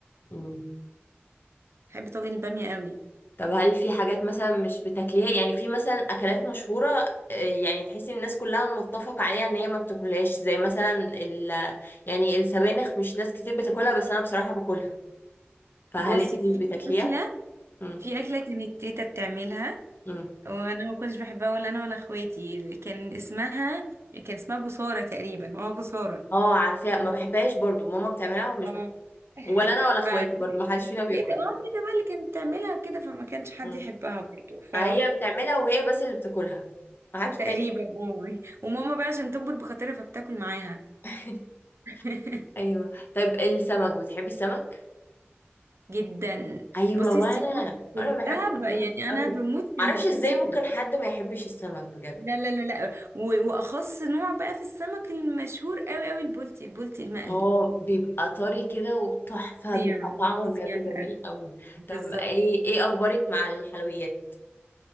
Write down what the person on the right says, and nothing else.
بحب طاجن الباميه قوي
بصي
في
اكله
في اكله كانت تيتا بتعملها
وانا ما كنتش بحبها ولا انا ولا اخواتي كان اسمها كان اسمها بصاره تقريبا اه بصاره
اه
<laughs>
فتيتا
اه تيتا بقى اللي كانت بتعملها وكده فما كانش حد
يحبها برضو ف
تقريبا
اه وماما بقى عشان تكبر بخاطرها فبتاكل معاها
<laughs>
جدا
بصي
السي فود كلها
ب- يعني
انا بموت في
ال- في
السي
فود
لا لا لا لا و- واخص نوع بقى في السمك المشهور قوي قوي البولتي البولتي المقلي
فظيع
فظيع
بقى.
بالظبط